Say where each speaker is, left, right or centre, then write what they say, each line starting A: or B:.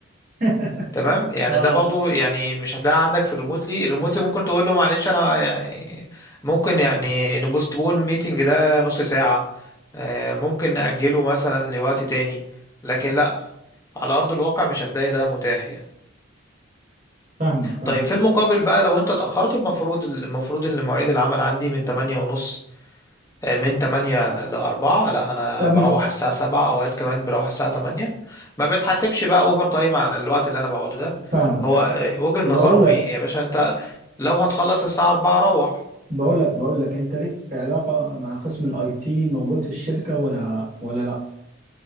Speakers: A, on the right; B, on the left.
A: <laughs>
B: تمام يعني
A: اه
B: ده برضو يعني مش هتلاقيها عندك في الريموتلي الريموتلي ممكن تقول له معلش انا يعني ممكن يعني نبوستبون ميتنج ده نص ساعة آه، ممكن نأجله مثلا لوقت تاني لكن لا على أرض الواقع مش هتلاقي ده متاح يعني
A: فاهمك فاهمك
B: طيب في المقابل بقى لو انت اتأخرت المفروض المفروض ان مواعيد العمل عندي من 8:30 آه، من 8 ل 4 لا انا
A: طب
B: بروح
A: م-
B: الساعه 7 اوقات كمان بروح الساعه 8 ما بتحاسبش بقى اوفر تايم على الوقت اللي انا بقعده ده
A: فاهمك
B: هو آه، وجهة
A: بقول
B: نظرهم
A: لك
B: ايه يا باشا انت لو هتخلص الساعه 4 روح
A: بقول لك بقول لك انت ليك علاقه مع قسم الاي تي موجود في الشركه ولا ولا لا